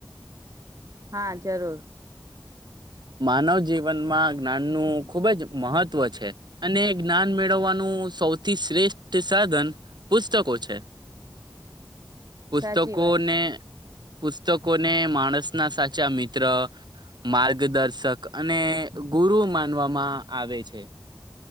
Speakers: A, on the right; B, on the right.
A: હા જરૂર
B: માનવ જીવનમાં જ્ઞાનનું ખૂબ જ મહત્વ છે અને જ્ઞાન મેળવવાનું સૌથી શ્રેષ્ઠ સાધન પુસ્તકો છે પુસ્તકો
A: સાચી વાત
B: ને
A: છે
B: પુસ્તકોને માણસ ના સાચા મિત્ર માર્ગ દિગ દર્શક અને ગુરુ માનવામાં આવે છે